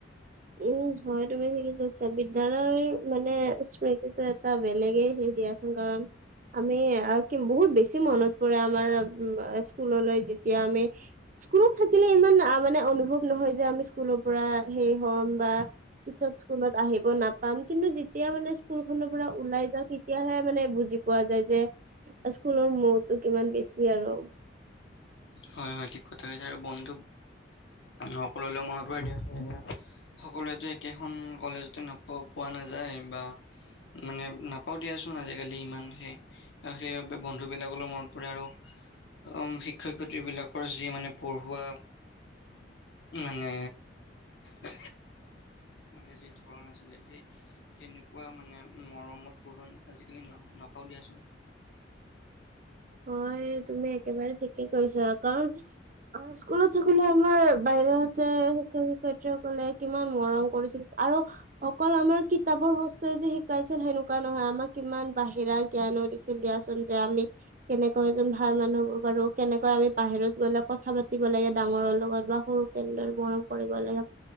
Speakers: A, on the right; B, on the left.
A: উম হয় তুমি ঠিকে কৈছা বিদ্যালয়ৰ মানে স্মৃতিটোৱে টা বেলেগে সেই দিয়াচোন কাৰণ আমি আহ কি বহুত বেছি মনত পৰে আমাৰ স্কুললৈ যেতিয়া আমি স্কুলত থাকিলে ইমান মানে অনুভৱ নহয় যে আমি স্কুলৰ পৰা সেই হম বা পিছত স্কুলত আহিব নাপ- পাম কিন্তু যেতিয়া মানে স্কুল খনৰ পৰা ওলাই যাওঁ তেতিয়াহে মানে বুজি পোৱা যায় যে স্কুলৰ মৌটো কিমান বেছি আৰু
B: হয় হয় ঠিক কথা হৈছে আৰু বন্ধুক সকললৈ মনত পৰি দিয়াচোন এতিয়া সকলোৱেতো একেখন কলেজতে ন পোৱা নাযায় বা মানে নাপাওঁ দিয়াচোন আজিকালি ইমান সে সেইবাবে বন্ধু বিলাকলৈ মনত পৰে আৰু উ শিক্ষ- ক্ষক শিক্ষয়িত্ৰীবিলাকৰ যি মানে পঢ়োৱা মানে উ মানে যি ধৰণ আছিলে সেই সেনেকুৱা মানে মৰমত পঢ়োৱান আজিকালি ন নাপাওঁ দিয়াচোন
A: হয় তুমি একেবাৰে ঠিকে কৈছা কাৰণ অ স্কুলত থাকিলে আমাৰ বাইদেউহঁতে শিক্ষক শিক্ষয়িত্ৰীসকলে কিমান মৰম কৰিছিল আৰু অকল আমাৰ কিতাপৰ বস্তুৱে যে শিকাইছিল সেনেকুৱা নহয় আমাক কিমান বাহিৰা জ্ঞানো দিছিল দিয়াচোন যে আমি কেনেকৈ এজন ভাল মানুহ হ'ব পাৰো কেনেকৈ আমি বাহিৰত গ'লে কথা পাতিব লাগে ডাঙৰৰ লগত বা সৰু কেনদৰে মৰম কৰিব লাগে।